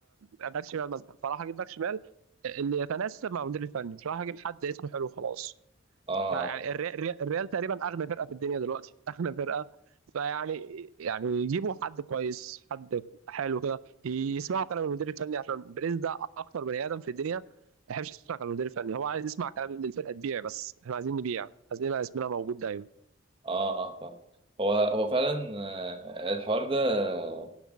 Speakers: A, on the right; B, on the right.
A: آه، باك شمال مثلا فراح اجيب باك شمال آه، اللي يتناسب مع المدير الفني مش راح اجيب حد اسمه حلو خلاص
B: اه
A: فيعني
B: اه
A: الري- الري- الريال تقريبا اغنى فرقه في الدنيا دلوقتي <laughs> اغنى فرقه فيعني يعني يجيبوا حد كويس حد حلو كده يسمعوا كلام المدير الفني عشان بريز ده اكتر بني ادم في الدنيا ما يحبش يسمع كلام المدير الفني هو عايز يسمع كلام ان الفرقه تبيع بس احنا عايزين نبيع عايزين يبقى اسمنا موجود دايما
B: اه آه، فاهم هو هو فعلا آه، الحوار ده آه،